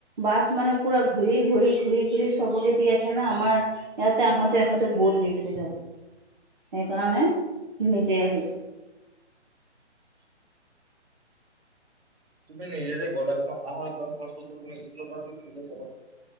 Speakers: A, on the right; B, on the right.
A: বাছ মানে পুৰা ঘূৰি ঘূৰি ঘূৰি ঘূৰি চবকে দি আহে না আমাৰ ইয়াতে আহোতে আহোঁতে বহুত লেট হৈ যাব
B: <inaudible>
A: সেইকাৰণে নিজে আহিছ
B: <inaudible> তুমি নিজে যে গলা তোমাৰ আহা যোৱা খৰছটোতো কোনে দিছ স্কুল পৰা দিয়ে না নিজে কবা